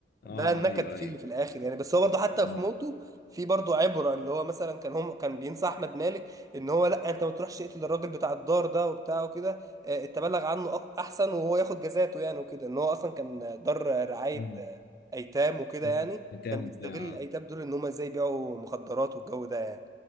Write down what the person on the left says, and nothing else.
اه
ايوه
ايوه
اه
مم.
مم.
بتاع
بتاع
اه